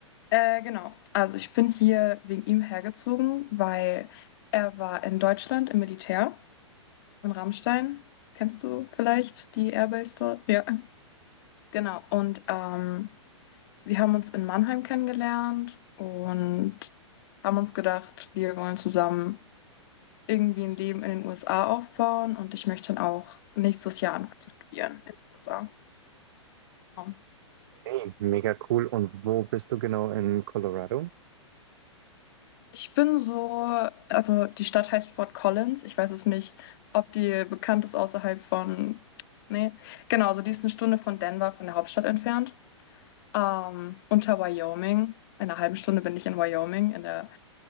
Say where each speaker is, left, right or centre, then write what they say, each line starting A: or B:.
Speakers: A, on the left; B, on the right.
A: äh, genau. Also ich bin hier wegen ihm hergezogen, weil er war in Deutschland im Militär in Rammstein. Kennst du vielleicht die Airbase dort? Ja. Genau. Und ähm, wir haben uns in Mannheim kennengelernt und haben uns gedacht, wir wollen zusammen irgendwie ein Leben in den USA aufbauen und ich möchte dann auch nächstes Jahr anfangen zu studieren in den USA. Ja.
B: Hey, mega cool. Und wo bist du genau in Colorado?
A: Ich bin so, also die Stadt heißt Fort Collins. Ich weiß es nicht, ob die bekannt ist außerhalb von. Nee, genau, also die ist eine Stunde von Denver, von der Hauptstadt entfernt. ähm, unter Wyoming. In einer halben Stunde bin ich in Wyoming, in der,